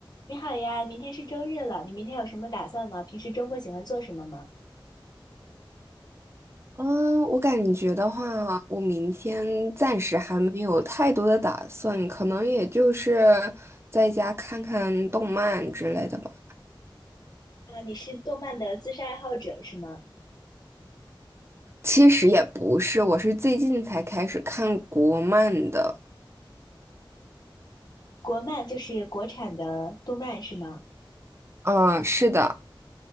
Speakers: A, on the left; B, on the right.
A: 你好呀，明天是周日了，你明天有什么打算吗？平时周末喜欢做什么吗？
B: 嗯，我感觉的话，我明天暂时还没有太多的打算，可能也就是在家看看动漫之类的吧。
A: 啊，你是动漫的资深爱好者是吗？
B: 其实也不是，我是最近才开始看国漫的。
A: 国漫就是国产的动漫是吗？
B: 嗯，是的，